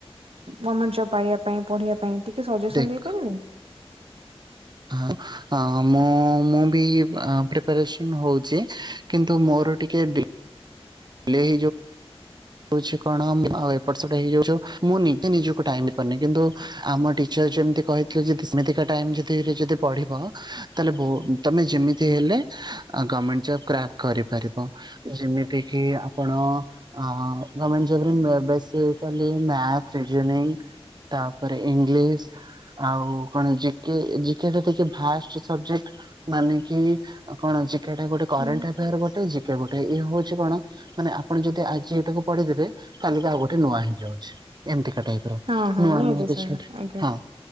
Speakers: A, on the right; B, on the right.
A: ଗର୍ମେଣ୍ଟ ଜବ୍ ପାଇବା ପାଇଁ। ପଢିବା ପାଇଁ ଟିକେ ସଜେସନ
B: ଦେଖ
A: ଦେଇପାରିବେ।
B: ହଁ ମୁଁ ମୁଁ ବି ପ୍ରିପାରେସନ ହଉ ଚି କିନ୍ତୁ ମୋର ଟିକେ ଡି ଡିଲେ ହୋଉଚି କଣ ଏପଟ ସେପଟ ହେଇଯାଉଚୁ। ମୁଁ ନିଜେ ନିଜକୁ ଟାଇମ୍ ଦେଇପାରୁନି। କିନ୍ତୁ ଆମ ଟିଚ ଯେମତି କହିଥିଲେ ଯେ ସେମିତିକା ଟାଇମ ଯଦି ଯଦି ପଢିବ ତାହେଲେ ତମେ ଯେମିତି ହେଲେ ଗମେଣ୍ଟ କ୍ରାକ୍ କରିପାରିବ। ଯେମିତି କି ଆପଣ ହଁ ଗମେଣ୍ଟ ଜବ୍ ରେ ବେସିକାଲି ମ୍ୟାଥ, ରିଜୋନିଂ ତାପରେ ଇଂଲିଶ ଆଉ କଣ ଜିକେ ଜିକେ ଟା ଟୋଷ୍ଟ ସବଜେକ୍ଟ ମାନେ କି କଣ ଜି ଜିକେ ଟା ଗୋଟେ କରେଣ୍ଟ
A: ହୁଁ
B: ଆଫାୟାର ଗୋଟେ ଜିକେ ଗୋଟେ ଇଏ ହଉଛି କଣ ମାନେ ଆପଣ ଯଦି ଟାକୁ ପଢିଦେବେ କାଲିି ଆଉ ଗୋଟେ ନୂଆ ହେଇଯାଉଛି। ଏମତି <unintelligible>
A: ହଁ ହଁ
B: ନୂ
A: ନିହାତି
B: ନୂଆ କିଛି
A: ସାର୍
B: ଗୋଟେ
A: ଆଜ୍ଞା
B: ହଁ।